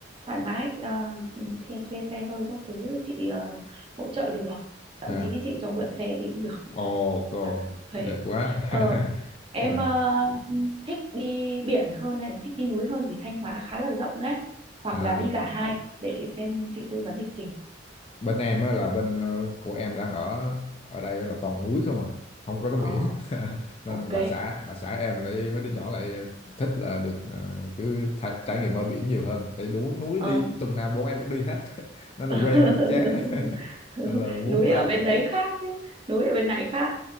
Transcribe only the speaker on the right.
thoải mái. Ờ, ừ, thuê, thuê xe hơi các thứ chị ờ, hỗ trợ được. Thậm
chí chị cho mượn xe thì cũng được,
chẳng cần thuê.
Ờ,
em
ờ, thích đi biển hơn hay là thích đi núi hơn vì Thanh Hóa khá là rộng đấy. Hoặc
là đi cả hai để chị xem chị tư vấn lịch trình.
Ờ,
ok.
Ờ,
<laughs>
núi
ở bên đấy khác chứ núi ở bên này khác